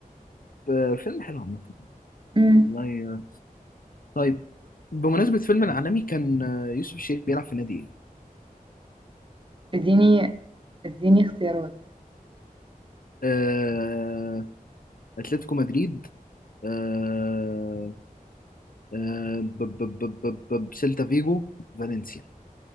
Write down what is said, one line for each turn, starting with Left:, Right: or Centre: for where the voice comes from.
Left: آه فيلم حلو عامة
Right: امم
Left: والله آه، طيب بمناسبة فيلم العالمي كان آه، يوسف الشريف بيلعب في نادي إيه؟
Right: اديني اديني اختيارات
Left: آه، أتلتيكو مدريد آه، آه، ب- ب- ب- ب- ب- سيلتا فيجو فالنسيا